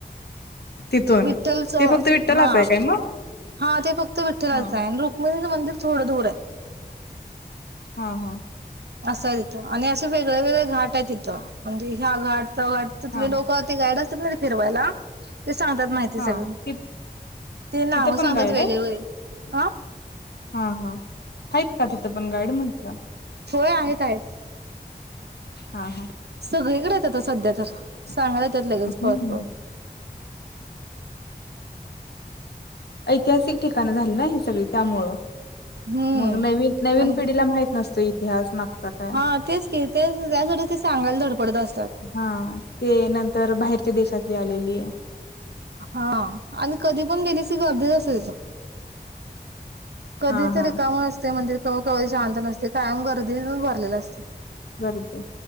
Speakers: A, on the left; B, on the right.
A: तिथून
B: विठ्ठलच
A: ते फक्त विठ्ठलाच
B: हा
A: आहे काय मग.
B: हा ते फक्त विठलाच
A: हा
B: आहे आण रुक्म मंदिर थोडं दूर आहे.
A: हा हा.
B: असं तिथं आणि असे वेगळे वेगळे घाट आहे तिथं म्हणजे ह्या घाट वाटतत
A: हा
B: लोक होते गाइड फिरवाला ते सांगतात माहिती
A: हा
B: सगळे
A: ति
B: ते नाव
A: तिथं पण
B: सांगतात
A: गाईड
B: वेगळेवेगळे
A: आहे
B: आह.
A: हा हा आहेत का तिथं पण गाइड म्हटलं.
B: होय आहेत आहेत.
A: हा हा
B: सगळीकडे आता सध्या तर. चांगलाय त्यात लगेच
A: हम्म
B: पळत पळत.
A: ऐतिहासिक ठिकाणं झाली ना हे सगळी त्यामुळं.
B: हम्म
A: मग नवी नवीन
B: आणि
A: पिढीला माहित नसत इ इतिहास माग काय
B: हा तेच की ते त्यासाठी ते सांगायला धडपडत असतात
A: हा ते नंतर बाहेरच्या देशातली आलेली.
B: हा आणि कधी पण गेल्यास गर्दीच असते तिथ. कधीतरी
A: हा हा
B: रीकाम असते मंदिर. किंवा केवी शांत नसते कायम गर्दी भरलेला असते.
A: गरदीे